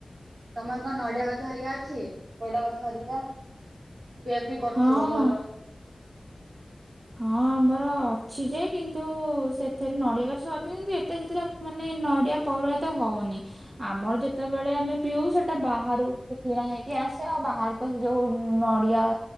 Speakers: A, on the right; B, on the right.
A: ତମର କଣ, ନଡିଆ ଗଛ ହରିକା ଅଛି? ପଇଡ ଗଛ ହରିକା? ପିଆ, ପି କରୁଥିବ
B: ହଁ
A: ଭଲ।
B: ହଁ, ଆମର ଅଛି ଯେ କିନ୍ତୁ ସେଥିରେ ନଡିଆ ଗଛ ଅଛି କିନ୍ତୁ ଏତେ ସେଥିଟା ମାନେ ନଡିଆ ପଇଡ ଏତେ ହଉନି। ଆମର ଯେତେବେଳେ ଆମେ ପିଉ ସେଟା ବାହାରୁ କିଣା ହେଇକି ଆସେ। ଆଉ ବାହାରେ ତ ସେ ଯୋଉ ନଡିଆ,